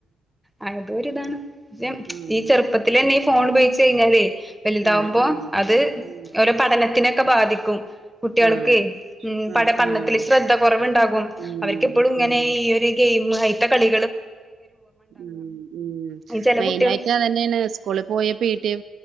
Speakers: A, in the centre; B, on the right.
A: ആഹ അതൊരി ഇതാണ്
B: ഉം
A: ഈ ചെറുപ്പത്തിലെ ഫോൺ ഉപയോഗിച്ച കഴിഞ്ഞാലേ വലുതാാവുമ്പോ
B: ആഹ് ആഹ്
A: അത്
B: ഉം
A: ഓര പഠനത്തിനൊക്കെ ബാധിക്കും കുട്ടികൾക്ക്
B: ആഹ്
A: ഉ പടപഠനത്തില്ൽ കുട്ടിൽക്
B: ആഹ്
A: പഠനത്തിൽ
B: ആഹ്
A: ശ്രദ്ധ കുറവുണ്ടാകും
B: ഉം
A: അവർക്ക്എപ്പോഴും ഇങ്ങനെ
B: ഉം
A: ഈ ഒരു ഗെയിം അയിത്ത കളി
B: ഉ ഉ
A: ഈ ചെല
B: മെയിന
A: കുട്ടികള്
B: ആയിട്ട് അത്ന്നെയാണ് സ്കൂളിൽ പോയപ്പ പിടിഎ